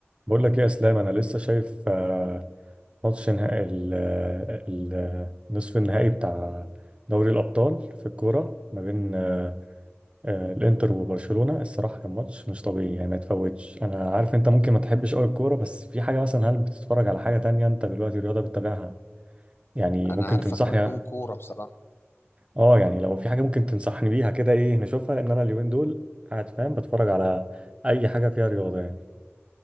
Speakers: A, on the right; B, on the left.
A: بقول لك ايه يا اسلام انا لسه شايف آه، ماتش نهائي ال- آه، ال- آه، نصف النهائي بتاع دوري الابطال في الكوره ما بين آه، آه، الانتر وبرشلونه الصراحه كان ماتش مش طبيعي يعني ما يتفوتش انا عارف انت ممكن ما تحبش قوي الكوره بس في حاجه مثلا هل بتتفرج على حاجه تانية انت دلوقتي رياضه بتتابعها يعني
B: انا
A: ممكن
B: عارفك
A: تنصحني
B: مجنون كوره بصراحه
A: اه يعني لو في حاجه ممكن تنصحني بيها كده ايه نشوفها لان انا اليومين دول قاعد فاهم بتفرج على اي حاجه فيها رياضه يعني